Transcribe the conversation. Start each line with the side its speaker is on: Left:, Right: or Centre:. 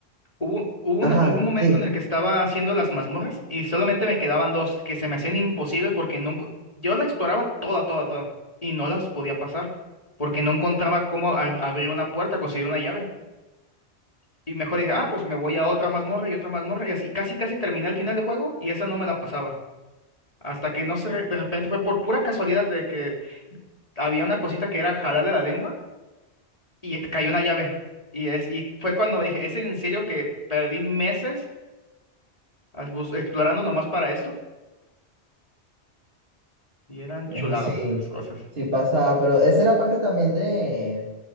Left: Hubo, hubo una-
Right: Ajá,
Left: hubo un momento
Right: sí.
Left: en el que estaba haciendo las mazmorras y solamente me quedaban dos que se me hacían imposibles porque no, encu- yo la exploraba toda, toda, toda y no las podía pasar porque no encontraba cómo ab- abrir una puerta, conseguir una llave. Y mejor dije, ah, pues me voy a otra mazmorra y otra mazmorra y así casi, casi terminé el final del juego y esa no me la pasaba. Hasta que no sé, de repente fue por pura casualidad de que había una cosita que era jalarle la lengua y te cayó una llave. Y, es, y fue cuando me dije, ¿es en serio que perdí meses? as- bus- explorando nomás para esto y eran
Right: Es
Left: chuladas
Right: así,
Left: esas cosas.
Right: sí pasaba, pero esa era parte también de,